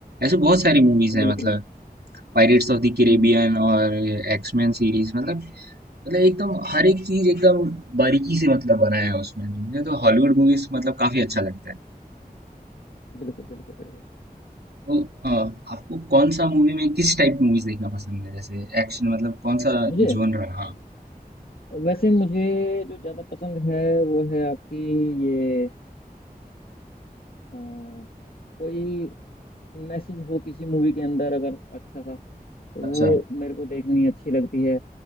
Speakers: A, on the right; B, on the left.
A: ऐसे बहुत सारी मूवीज हैं
B: बिल्कुल
A: मतलब पायरेट्स ऑफ द कैरेबियन
B: हम्म हम्म,
A: और एक्समैन सीरीज मतलब मतलब एकदम हर एक चीज एकदम बारीकी से मतलब बनाया है उसमें मुझे तो हॉलीवुड मूवीज मतलब काफी अच्छा लगता है
B: बिल्कुल बिल्कुल बिल्कुल
A: तो अ, आपको कौन सा मूवी में किस टाइप की मूवीज देखना पसंद है जैसे एक्शन मतलब कौन सा
B: मुझे
A: जोन रहा हाँ
B: वैसे मुझे जो ज्यादा पसंद है वो है आपकी ये अ, कोई मैसेज हो किसी मूवी के अंदर अगर अच्छा सा तो
A: अच्छा
B: वो मेरे को देखनी अच्छी लगती है